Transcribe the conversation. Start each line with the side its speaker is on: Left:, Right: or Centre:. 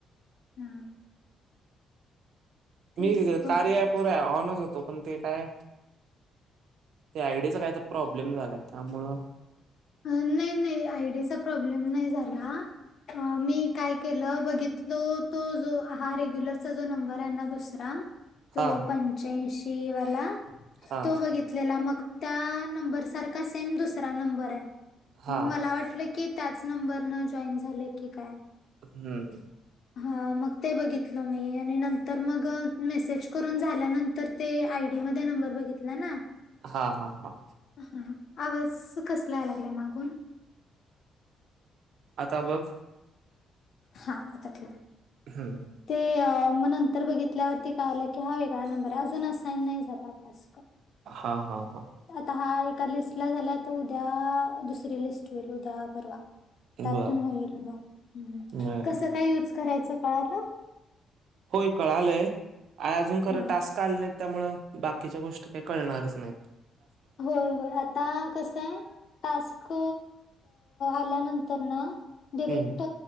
Left: हा तेच
Right: मी
Left: बघ
Right: कार्या ॲप वर ऑनच होतो, पण ते काय ते आयडीचा काय तर प्रॉब्लेम झालाय. त्यामुळं
Left: अ नाय नाय आयडीचा प्रॉब्लेम नाय झाला. अ मी काय केलं, बघितलो तो जो हा रेग्युलरचा जो नंबर हाय ना दुस रा तो
Right: हा
Left: पंच्याऐशी वाला
Right: हा
Left: तो बघित घिलेला मग त्या नंबर सारखा सेम दुसरा नंबर आय
Right: हा
Left: मंग मला वाटलं की, त्याच नंबर न जॉईन झालंय की काय
Right: हम्म
Left: हा मग ते बघितल मी आणि नंतर मग मेसेज करून झाल्यानंतर ते आयडी मध्ये नंबर बघितला ना
Right: हा हा हा
Left: हा आवाज कसला यायला लागलाय मागून
Right: आता बघ
Left: हा आता ठीकये
Right: हम्म
Left: ते म नंतर बघितल्यावरती कळालं की हा वेगळा नंबर हाय अजून असाईन नाही झाला टास्क
Right: हा हा हा
Left: आता हा एका लिस्टला झाला. आता उद्या दुसरी लिस्ट होईल उद्या, परवा त्यातून
Right: बर
Left: होईल म हूं
Right: बर
Left: कसं काय युज करायचं कळाल
Right: होय कळालंय आय अजून खरं
Left: हा
Right: टास्क आले नाहीत. त्यामुळ बाकीच्या गोष्टी काय कळणारच नायत.
Left: होय होय आता कसय टास्क आल्यानंतर ना डिरेक्ट
Right: हम्म